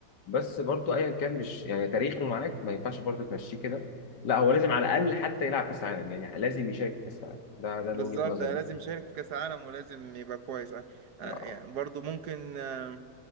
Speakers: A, on the left; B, on the right.
A: بس برضو ايا كان مش يعني تاريخه معاك ما ينفعش برضو تمشيه كده لا هو لازم على الاقل حتى يلعب كاس عالم يعني لازم يشارك في كاس العالم ده ده
B: بالظبط
A: أنا وجهه نظري
B: آه، لازم يشارك في كأس عالم ولازم يبقى كويس آه، آه،
A: لا،
B: يعني برضه ممكن آه،